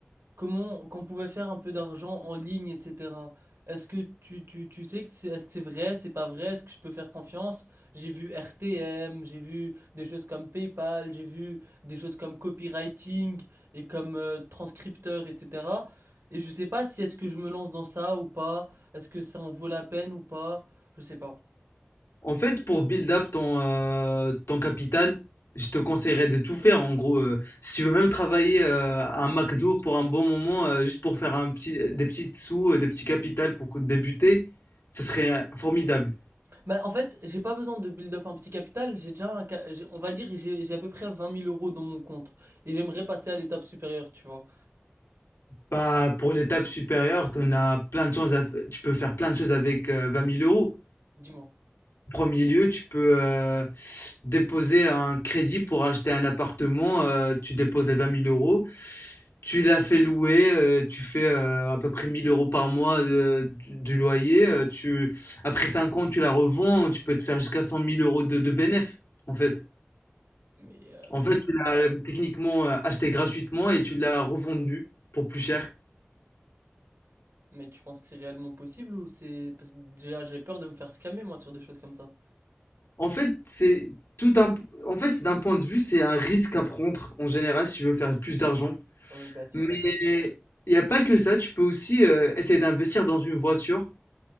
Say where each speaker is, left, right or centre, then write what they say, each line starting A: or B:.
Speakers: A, on the right; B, on the left.
A: comment qu'on pouvait faire un peu d'argent en ligne, etc. Est-ce que tu, tu, tu sais que c'est, est-ce que c'est vrai, c'est pas vrai, est-ce que je peux faire confiance? J'ai vu RTM, j'ai vu des choses comme PayPal, j'ai vu des choses comme copywriting et comme euh, transcripteur, etc. Et je sais pas si est-ce que je me lance dans ça ou pas, est-ce que ça en vaut la peine ou pas, je sais pas.
B: En fait, pour build up ton, euh, ton capital, je te conseillerais de tout faire. En gros, euh, si tu veux même travailler euh, à un McDo pour un bon moment, euh, juste pour faire un petit, des petits sous, euh, des petits capitals pour co- débuter, ce serait euh, formidable.
A: Mais en fait, j'ai pas besoin de build up un petit capital, j'ai déjà un, ca- j'ai- on va dire, j'ai, j'ai à peu près vingt mille euros dans mon compte. Et j'aimerais passer à l'étape supérieure, tu vois.
B: Bah, pour l'étape supérieure, t'en as plein de choses à f- tu peux faire plein de choses avec euh, 20 000 euros.
A: Dis-moi.
B: premier lieu, tu peux euh, déposer un crédit pour acheter un appartement. euh, tu déposes les 20 000 euros. Tu l'as fait louer, euh, tu fais euh, à peu près 1000 euros par mois euh, du, du loyer. euh, tu, après 5 ans, tu la revends, tu peux te faire jusqu'à 100 000 euros de, de bénéf, en fait.
A: Mais, euh,
B: En fait, tu l'as euh, techniquement euh, acheté gratuitement et tu l'as revendu pour plus cher.
A: mais tu penses que c'est réellement possible ou c'est... Parce que déjà, j'ai peur de me faire scammer, moi, sur des choses comme ça.
B: En fait, c'est tout un, en fait, c'est d'un point de vue, c'est un risque à prendre en général si tu veux faire plus d'argent.
A: Ah oui, bah c'est
B: Mais
A: vrai.
B: il n'y a pas que ça, tu peux aussi euh, essayer d'investir dans une voiture.